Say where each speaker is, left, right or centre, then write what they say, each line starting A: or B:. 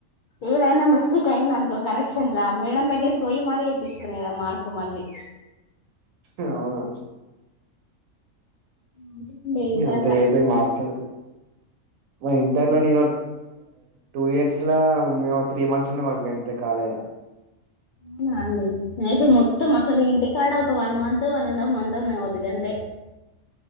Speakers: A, on the left (about 75°); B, on the right (about 75°).
A: ఏదైనా మిస్టేక్ అయిందినుకో కలెక్షన్ల ఆ మేడం దగ్గరికి పోయి మరి ఏపిచ్చుకొనేది ఆ మార్క్ మళ్ళీ
B: హా అవునా
A: మంచిగుండే ఇంటర్
B: అంత
A: ల
B: ఏపయి మార్పులేదు మా ఇంటర్ లో నేను టూ ఇయర్స్లా మేము త్రీ మంత్స్ ఉన్నా కావచ్చు అంతే కాలేజ్ లా
A: అవునా అండి అయితే మొత్తం అసలు ఇంటికాడ ఒక one month one and half month ఉన్నా అవుతు కంతే